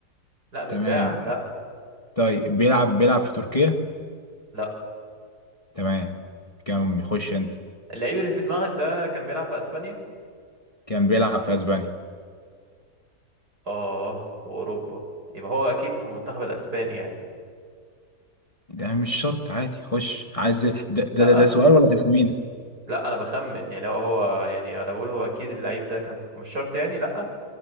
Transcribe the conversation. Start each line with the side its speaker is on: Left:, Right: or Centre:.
Right: لا متباع
Left: تمام
Right: لا
Left: طيب بيلعب بيلعب في تركيا
Right: لا
Left: تمام كان بيخش انت
Right: اللعيب اللي في دماغك ده كان بيلعب في اسبانيا
Left: كان بيلعب في اسبانيا
Right: اه واوروبا يبقى هو اكيد في المنتخب الاسباني يعني
Left: ده مش شرط عادي خش عايز ده ده
Right: لا
Left: ده, ده سؤال ولا تخمين
Right: لا انا بخمن يعني هو هو- يعني انا بقول هو اكيد اللعيب ده كان في مش شرط يعني لا